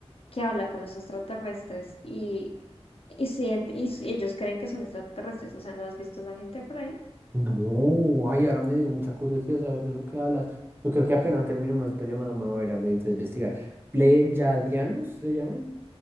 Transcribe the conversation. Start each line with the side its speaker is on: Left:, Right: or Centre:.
Left: que habla con los extraterrestres y, y, siente- y s- ellos creen que son extraterrestres. O sea, ¿no has visto a esa gente por ahí?
Right: No, ay, ahora me dio mucha curiosidad saber de lo que hablas. Yo creo que apenas terminemos esta llamada me voy a ir a medir- a investigar. ¿Pleyadianos se llaman?